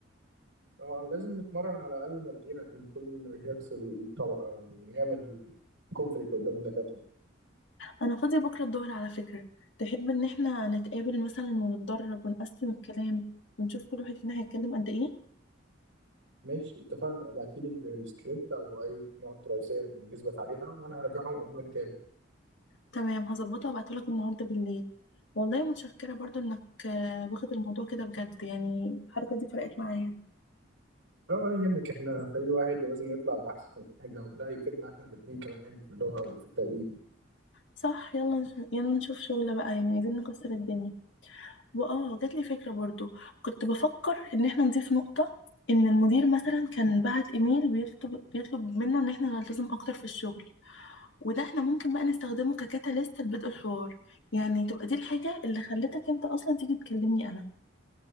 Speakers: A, on the right (about 80°); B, on the left (about 70°).
A: طبعا لازم نتمرن على الأقل مرتين عشان نكون ريهابس الطبقة ونعمل كونفليكت قدام الدكاترة
B: انا فاضيه بكره الظهر على فكره تحب ان احنا نتقابل مثلا ونتدرب ونقسم الكلام ونشوف كل واحد فينا هيتكلم قد ايه
A: ماشي اتفقنا ابعتيلي ال- السكريبت أو أي نقط رئيسية نثبت عليها وأنا هراجعهم قبل ما نتقابل
B: تمام هظبطها وابعتهولك النهارده بالليل والله متشكره برضو انك آه، واخد الموضوع كده بجد يعني الحركه دي فرقت معايا
A: اه ولا يهمك احنا فريق واحد ولازم نطلع بأحسن حاجة وده هيفيدنا احنا الاتنين كمان في اللغة وفي التقديم
B: صح يلا نش- يلا نشوف شغل بقى يعني عايزين نكسر الدنيا واه جات لي فكره برضو كنت بفكر ان احنا نضيف نقطه ان المدير مثلا كان بعت ايميل بيطلب بيطلب منه ان احنا نلتزم اكتر في الشغل وده احنا ممكن بقى نستخدمه ككاتاليست لبدء الحوار يعني تبقى دي الحاجة اللي خلتك انت اصلا تيجي تكلمني انا